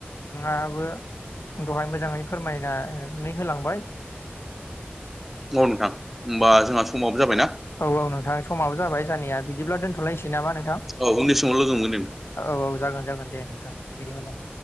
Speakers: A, on the left (about 80°); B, in the centre.
A: आङाबो दहाय मोजाङै फोरमायनानै होलांबाय <unintelligible>
B: औ नोंथां होमबा जोंहा समाबो जाबायना
A: औ औ नोंथां समाबो जाबाय जानाया बिदिब्ला दोनथ'लायसै नामा नोंथां
B: औ उननि समाव लोगो मोनगोन
A: औ औ जागोन जागोन दे नोंथां बिदिबालाय